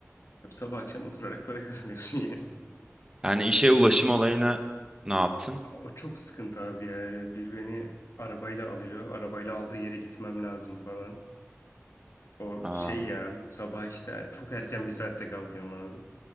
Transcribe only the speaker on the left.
hep sabah akşam oturarak para kazanıyorsun <laughs> yani.
O çok sıkıntı abi ya. Bir beni arabayla alıyor. Arabayla aldığı yere gitmem lazım falan. O
şey ya sabah işte çok erken bir saatte kalkıyorum abi.